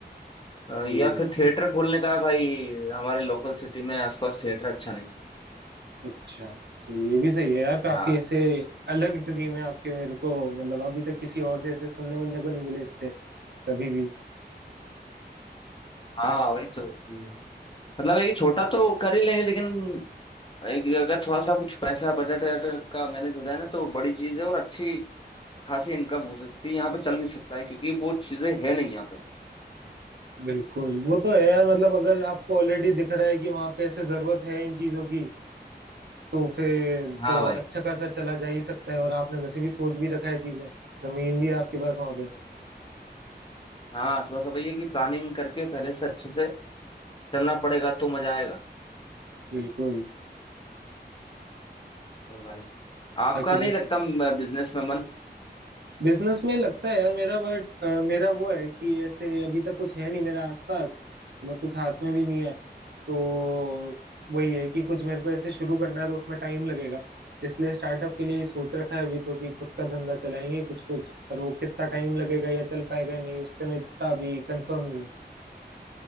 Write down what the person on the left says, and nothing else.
अ,
या
फिर
थिएटर
खोलने का है भाई हमारे लोकल सिटी में आसपास थिएटर अच्छा नहीं
हाँ
हाँ वही तो हम्म। मतलब एक छोटा तो कर ही लेंगे लेकिन एक अगर थोड़ा सा कुछ पैसा बजट वजट का मैनेज हो जाए ना तो बड़ी चीज है और अच्छी खासी इनकम हो सकती है यहाँ पे चल भी सकता है क्योंकि वो चीजें है नहीं यहाँ पे
हाँ
भाई
हाँ थोड़ा सा भैया है कि प्लानिंग करके पहले से अच्छे से चलना पड़ेगा तो मजा आएगा
हाँ भाई आपका
नहीं लगता बिजनेस में मन